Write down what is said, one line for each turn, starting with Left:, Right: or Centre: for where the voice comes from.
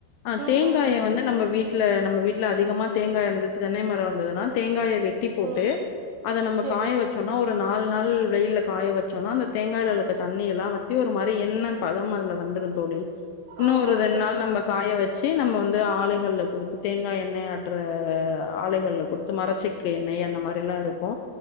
Left: அ
Right: ம்
Left: தேங்காய
Right: ம்
Left: வந்து நம்ப வீட் ட்ல நம்ப வீட்ல அதிகமா தேங்காய் இருந்தது தென்னை மரம் இருந்ததுனா தேங்காய வெட் ட்டி போட்டு
Right: ம்
Left: அத நம்ப
Right: சரிங்
Left: காய வச்சோனா ஒரு நாலு நாள் வெயில்ல காய வச்சோனா அந்த தேங்காய்ல இருக்க தண்ணிலா வத்தி ஒரு மாரி எண்ணெ பதம் அதுல வந்துரும் தோழி இன்னு
Right: ஆமா
Left: ஒரு ரெண்
Right: சரிங்க
Left: நாள் நம்ப
Right: தோழி
Left: காய வெச் ச்சு நம்ப வந்து ஆலைகள்ல குடுத்து தேங்கா எண்ணெய் ஆட்டுற ஆலைகள்ல குடுத்து மரச்செ க்கு எண்ணெய் அந்த மாரிலா இருக்கு